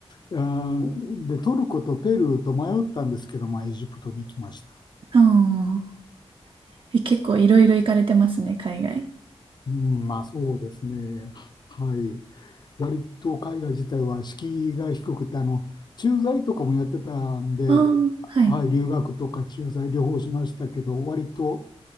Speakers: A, on the left (about 45°); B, on the right (about 55°).
A: う、<laughs> うんで、トルコとペルーと迷ったんですけど、まあ、エジプトに来ました。
B: ああえ、結構いろいろ行かれてますね、海外。
A: うん、まあそうですね。はい。割と海外自体は敷居が低くて、あの、駐在とかもやってたんで、
B: ああ、はい。
A: はい、留学とか駐在両方しましたけど、割と、